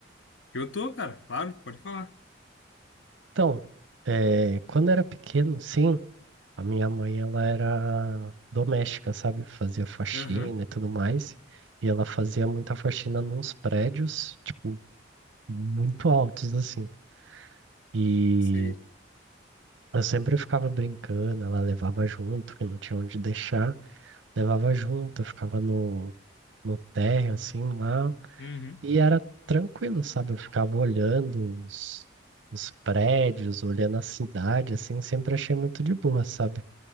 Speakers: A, on the left (about 70°); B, on the right (about 75°).
A: Eu tô, cara. Claro, pode falar.
B: Então, eh, quando era pequeno, sim, a minha mãe ela era doméstica, sabe? Fazia faxina
A: Aham.
B: e tudo mais. E ela fazia muita faxina nos prédios, tipo, muito altos, assim. E
A: Sei.
B: eu sempre ficava brincando, ela levava junto, que não tinha onde deixar, levava junto, eu ficava no, no térreo, assim, lá
A: Uhum.
B: E era tranquilo, sabe? Eu ficava olhando os, os prédios, olhando a cidade, assim, sempre achei muito de boa, sabe?